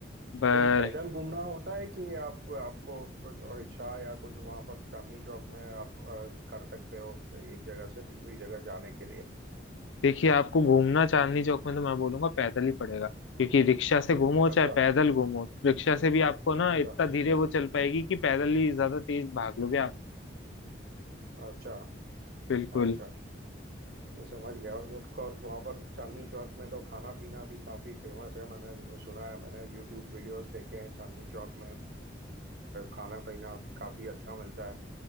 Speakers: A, on the left; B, on the right.
A: पर
B: लेकिन पैदल घूमना होता है कि आप आपको कुछ और रिक्शा या कुछ वहां पर चांदनी चौक में आप अ, कर सकते हो एक जगह से दूसरी जगह जाने के लिए
A: देखिए आपको घूमना चांदनी चौक में तो मैं बोलूंगा पैदल ही पड़ेगा क्योंकि रिक्शा से घूमो चाहे
B: अच्छा
A: पैदल घूमो रिक्शा से भी आपको ना
B: अच्छा
A: इतना धीरे वो चल पाएगी कि पैदल ही ज्यादा तेज भाग लोगे आप
B: अच्छा
A: बिल्कुल
B: अच्छा मैं समझ गया और और वहाँ पर चांदनी चौक में तो खाना पीना भी काफी फेमस है मैंने सुना है मैंने यूट्यूब वीडियोस देखे हैं चांदनी चौक में अ, खाना पीना काफी अच्छा मिलता है